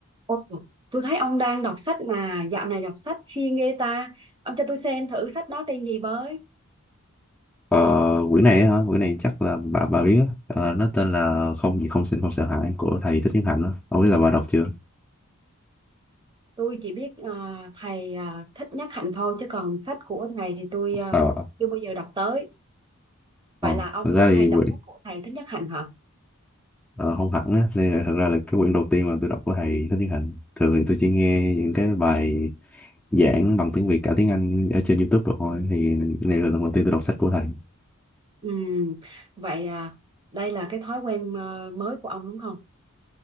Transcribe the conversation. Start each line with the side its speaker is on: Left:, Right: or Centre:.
Right: Ồ, tôi thấy ông đang đọc sách mà dạo này đọc sách siêng ghê ta. Ông cho tôi xem thử sách đó tên gì với.
Centre: Ờ, quyển này á hả? Quyển này chắc là bà bà biết á. Ờ, nó tên là Không gì không xin không sợ hãi của thầy Thích Nhất Hạnh á. Không biết là bà đọc chưa?
Right: Tôi chỉ biết ờ, thầy ờ, Thích Nhất Hạnh thôi chứ còn sách của thầy thì tôi ờ,
Centre: Ờ.
Right: chưa bao giờ đọc tới. Vậy
Centre: Ờ,
Right: là ông
Centre: thực
Right: ông
Centre: ra
Right: hay
Centre: thì
Right: đọc
Centre: quyển
Right: sách của thầy Thích Nhất Hạnh hả?
Centre: ờ, không hẳn á, nên là thực ra là cái quyển đầu tiên mà tôi đọc của thầy Thích Nhất Hạnh. Thường thì tôi chỉ nghe những cái bài giảng bằng tiếng Việt cả tiếng Anh ở trên YouTube rồi thôi. Thì này là lần đầu tiên tôi đọc sách của thầy.
Right: Ừ, vậy à, đây là cái thói quen ờ, mới của ông đúng không?